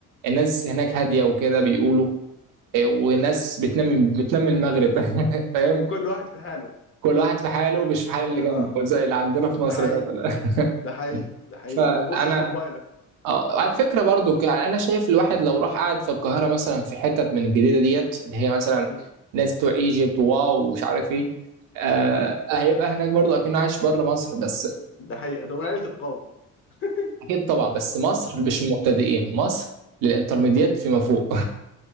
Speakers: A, on the right; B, on the left.
A: الناس هناك هاديه وكده بيقولوا إيه وناس بتنام بتنام المغرب <laughs> فاهم
B: و- وكل واحد في حاله
A: كل واحد في حاله مش في حال
B: اه
A: اللي جنبه زي اللي عندنا
B: ده
A: في مصر
B: حقيقي
A: مثلا
B: ده حقيقي
A: <laughs>
B: ده حقيقي
A: فانا
B: ما بصش في موبايلك
A: اه على فكره برضو ك- يعني انا شايف الواحد لو راح قاعد في القاهره مثلا في حتت من الجديده ديت اللي هي مثلا
B: مم.
A: ناس بتوع ايجيبت وواو ومش عارف ايه آه
B: مم.
A: هيبقى هناك برضو اكنه عايش بره مصر بس
B: ده حقيقي طب من عيله القوم <laughs>
A: اكيد طبعا بس مصر مش
B: مم.
A: المبتدئين مصر للانترميديات فيما فوق